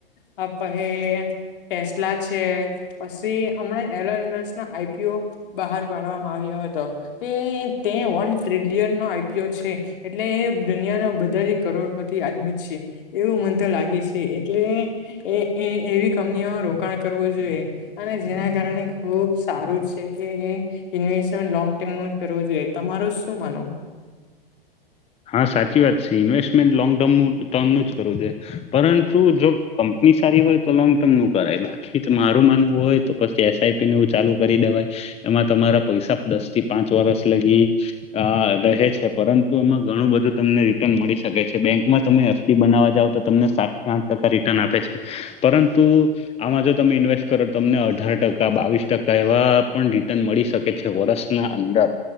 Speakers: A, on the left (about 60°); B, on the left (about 20°).
A: અ પ હ ટેસલા છે પછી હમણાં એ આઈપીુ બહાર પાડવામાં આવ્યો હતો તે તે વન ટ્રિલિયન નો આઈપીઓ છે એટલે એ દુનિયાના બધા જ કરોડપતિ આમી છે એવું મન તો લાગે છે એટલે એ એ એવી કંપનીઓમાં રોકાણ કરવું જોઈએ અને જેના કારણે ખુબ સારું કે ઇવેસ્ટમે ટમ કરવું જોઈએ તમારો શું માનો <inaudible>
B: હા સાચી વાત છે ઇન્વેસ્ટમેન્ટ લોંગ ટર્મ ટર્મનું જ કરવું છે પરંતુ જો ક ની સારી હોય તો લોંગ ટર્મ નું કરાય બાકી તો મારું માનવું હોય તો પછી એસઆઈપીનેું ચાલુ કરી દેવાય એમાં તમારા પૈસા દસ થી પાંચ વરષ લગી આ રહે છે પરંતુ એમાં ઘણું બધું તમને રિટર્ન મળી શકે છે બેંકમાં તમે એફડી બનાવવા જાવ તો તમને સાત થી આઠ ટકા રિટર્ન આપે છે પરંતુ આમાં જો તમે ઇન્વેસ્ટ કરો તમને અઢાર ટકા બાવીસ ટકા એવા પણ રટન મળી શકે છે વર્ષના અંદર